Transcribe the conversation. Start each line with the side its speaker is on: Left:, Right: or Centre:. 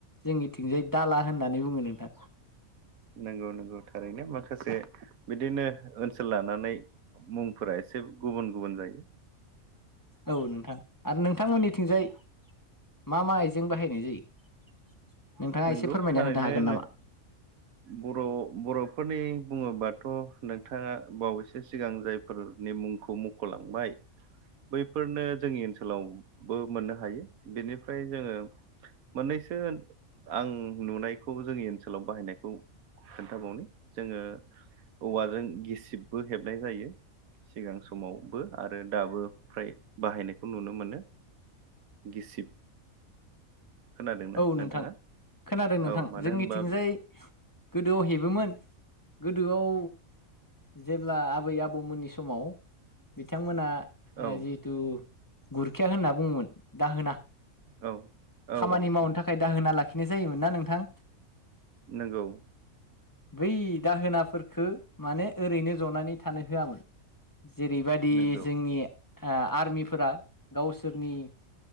Left: जोंनिथिंजाय दाला होननानै बुङो नोंथां
Right: नोंगौ नोंगौ थारैनो माखासे बिदिनो ओनसोला नानै मुंफोरा एसे गुबुन गुबन जायो
Left: औ नोंथां आरो नोंथांमोननिथिंजाय मा मा आइजें बाहायनाय जायो नोंथाङा
Right: नंगौ
Left: एसे फोरमायना
Right: थारैनो
Left: होनो हागोन
Right: नो
Left: नामा
Right: बर' बर'फोरनि बुङोबाथ थ' नोंथाङा बावैसो सिगां जायफोर नि मुंखौ मख'लांबाय बैफोरनो जोंनि ओनसोलावबो मोननो हायो बेनिफ्राय जोङो मोननैसो ओन आं नुनायखौ जोंनि ओनसोलाव बाहायनायखौ खोन्थाबावनो जोङो औवाजों गिसिबबो हेबनाय जायो, सिगां समावबो आरो दाबो फ्राय बाहायनायखौ नुनो मोनो गिसिब खोनादोंना
Left: औ नोंथां
Right: नोंथाङा
Left: खोनादों नोंथां
Right: औ मानो
Left: जोंनिथिंजाय
Right: होनबा
Left: गोदोआव हेबोमोन गोदोआव जेब्ला आबै आबौमोननि समाव बिथांमोना आ
Right: औ
Left: जिहथु गुरखिया होनना बुङोमोन दा होना
Right: औ। औ
Left: खामानि
Right: औ
Left: मावनो
Right: औ
Left: थाखाय दाहोना लाखिनाय जायोमोन ना नोंथां?
Right: नोंगौ
Left: बै दाहोनाफोरखो माने ओरैनो जनानै थानो होआमोन जेरैबादि
Right: नंगौ
Left: जोंनि आ आर्मिफोरा गावसोरनि <inaudible>